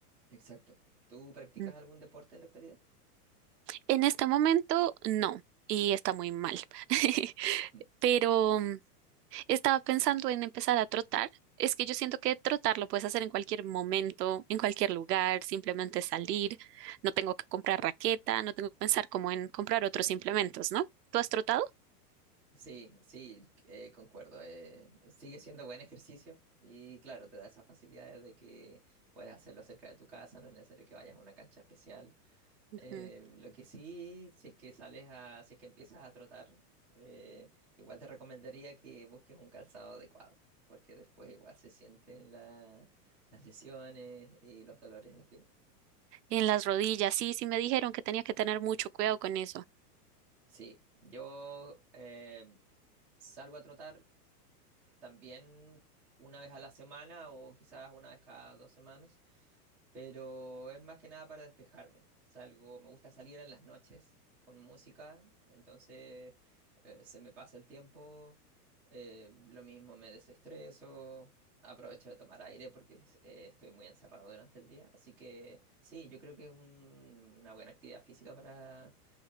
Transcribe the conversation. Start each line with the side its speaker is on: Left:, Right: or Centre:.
Centre: Exacto. ¿Tú practicas
Right: Mm.
Centre: algún deporte en la actualidad?
Right: En este momento, no, y está muy mal. <laughs>
Centre: Mm.
Right: Pero mm, estaba pensando en empezar a trotar. Es que yo siento que trotar lo puedes hacer en cualquier momento, en cualquier lugar, simplemente salir. No tengo que comprar raqueta, no tengo que pensar como en comprar otros implementos, ¿no? ¿Tú has trotado?
Centre: Sí, sí, eh, concuerdo. eh, sigue siendo buen ejercicio y claro, te da esas facilidades de que puedes hacerlo cerca de tu casa, no es necesario que vayas a una cancha especial.
Right: Ujú.
Centre: Eh, lo que sí, si es que sales a, si es que empiezas a trotar, eh, igual te recomendaría que busques un calzado adecuado, porque después igual se sienten la- las lesiones y los dolores en las piernas.
Right: En las rodillas, sí, sí me dijeron que tenía que tener mucho cuidado con eso.
Centre: Sí, yo eh, salgo a trotar también una vez a la semana o quizás una vez cada dos semanas. Pero es más que nada para despejarme. Salgo, me gusta salir en las noches con música, entonces eh, se me pasa el tiempo, eh, lo mismo me desestreso, aprovecho de tomar aire porque es- eh, estoy muy encerrado durante el día. Así que sí, yo creo que es un- una buena actividad física para,